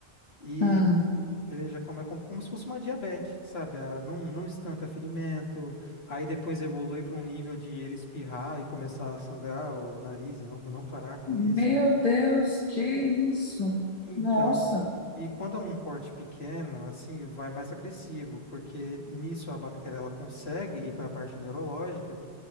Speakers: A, on the left; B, on the left.
A: E
B: hum.
A: ele já começa como, como se fosse uma diabetes, sabe? A- não, não estanca ferimento, aí depois evolui para um nível de ele espirrar e começar a sangrar o nariz e não, não parar com
B: Meu
A: isso.
B: Deus, que isso?
A: Então,
B: Nossa.
A: e quando é um porte pequeno, assim, vai mais agressivo, porque nisso a bactéria ela consegue ir para a parte neurológica.